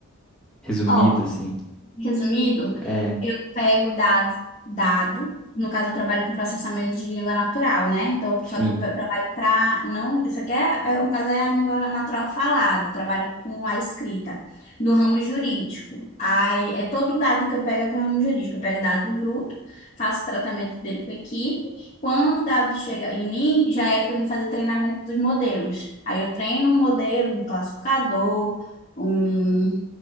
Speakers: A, in the centre; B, on the left.
A: Resumido,
B: Ó,
A: assim.
B: Resumido,
A: É,
B: eu pego dado, dado, no caso eu trabalho com processamento de língua natural, né? Então,
A: sim.
B: só que eu pe- trabalho para não, isso aqui é, é- no caso é a língua natural falada, eu trabalho com a escrita do ramo jurídico. Aí é todo dado que eu pego é para o ramo jurídico, eu pego dado bruto, faço tratamento dele com a equipe. Quando o dado chega em mim, já é para mim fazer treinamento dos modelos. Aí eu treino um modelo, um classificador, um